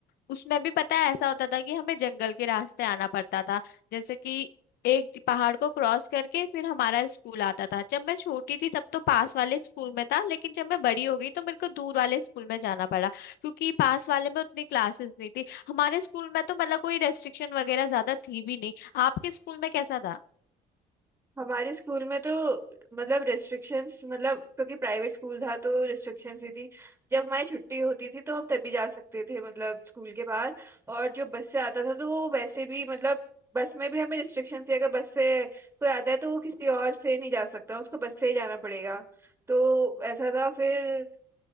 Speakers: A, on the left; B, on the right.
A: उसमें भी पता है ऐसा होता था कि हमें जंगल के रास्ते आना पड़ता था जैसे कि एक पहाड़ को क्रॉस करके फिर हमारा स्कूल आता था जब मैं छोटी थी तब तो पास वाले स्कूल में था लेकिन जब मैं बड़ी हो गई तो मेरे को दूर वाले स्कूल में जाना पड़ा क्योंकि पास वाले में उतनी क्लासेस नहीं थी हमारे स्कूल में तो मतलब कोई रेस्ट्रिक्शन वगैरह ज्यादा थी भी नहीं आपके स्कूल में कैसा था
B: हमारे स्कूल में तो मतलब रिस्ट्रिक्शंस मतलब क्योंकि प्राइवेट स्कूल था तो रिस्ट्रिक्शंस ही थी जब हमारी छुट्टी होती थी तो हम तभी जा सकते थे मतलब स्कूल के बाहर और जो बस से आता था तो वो वैसे भी मतलब बस में भी हमें रिस्ट्रिक्शन थी अगर बस से कोई आता है तो वो किसी और से नहीं जा सकता उसको बस से ही जाना पड़ेगा तो ऐसा था फिर